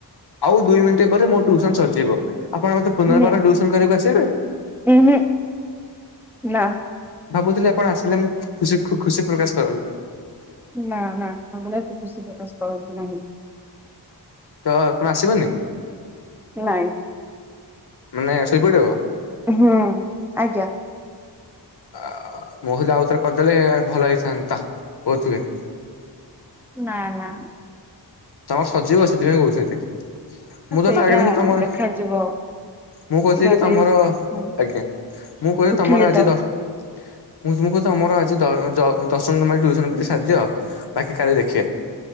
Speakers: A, on the left (about 65°); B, in the centre.
A: ଆଉ ଦୁଇ ମିନିଟ ପରେ ମୋ ଟ୍ୟୁସନ ସରିଜିବ। ଆପଣ ମତେ
B: ନେ
A: ପୂର୍ଣ୍ଣବାର ଟିଉସନ କରିବାକୁ ଆସିବେ?
B: ଉହୁଁ ନା
A: ଭାବୁଥିଲି ଆପଣ ଆସିଲେ ମୁଁ ଖୁସି ଖୁସି ପ୍ରକାଶ କରନ୍ତି।
B: ନା ନା ଆପଣ ଆଉ କରନ୍ତୁ ନାହିଁ।
A: ତ ତମେ ଆସିବନି?
B: ନାଇଁ।
A: ମାନେ ଶୋଇପଡିବ?
B: ହଁ-ଅ-ଅ ଆଜ୍ଞା।
A: ଆ-ଆ-ଆ-ଆ ମୁ ହେଲେ ଆଉ ଥରେ କରିଦେଲେ-ଏ-ଏ ଭଲ ହେଇଥାନ୍ତା କହୁଥିଲେ।
B: ନା ନା।
A: ତମର ସରଜିବ ସେଥିପାଇଁ କହୁଛନ୍ତି। ମୁଁ
B: ସେଇଟା
A: ତ ଟାର୍ଗେଟ ରଖିଛି ତମର
B: ଦେଖାଯିବ
A: ମୁଁ କହୁଥିଲି
B: ଯଦି
A: କି ତମର,
B: ହୁଁ
A: ଆଜ୍ଞା ମୁଁ କହିଲି
B: ଉଠିଲି
A: ତମର ଆଜି
B: ତ
A: ଦ ମୁଁ ତୁମକୁ କହୁଛି ତମର ଆଜି ଦ-ଦ ଦଶମିନ ଟ୍ୟୁସନ କରିିକ ସରିଦିଅ। ବାକି କାଲି ଦେଖିବା।